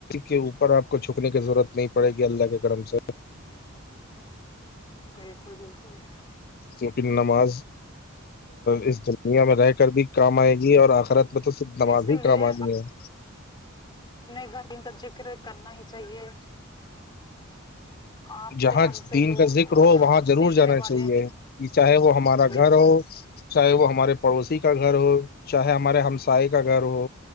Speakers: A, on the left; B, on the left.
A: ہ اوپر آپ کو جھکنے کی ضرورت نہیں پڑے گی اللہ کے کرم سے
B: بالکل بالکل
A: کیونکہ نماز اس دنیا میں رہ کر بھی کام آئے گی اور آخرت میں تو صرف نماز
B: اسی
A: ہی
B: لیے
A: کام آنی ہے
B: اپ ایک بار کا ذکر کرنا ہی چاہیے آپ
A: جہاں
B: سے ہم سے
A: دین
B: لوگ
A: کا ذکر ہو وہاں ضرور
B: سیکھنے
A: جانا
B: والے
A: چاہیے یہ چاہے وہ ہم مارا
B: بالکل
A: گھر ہو چاہے وہ ہمارے پڑوسی کا گھر ہو چاہے ہمارے ہمسائے کا گھر ہو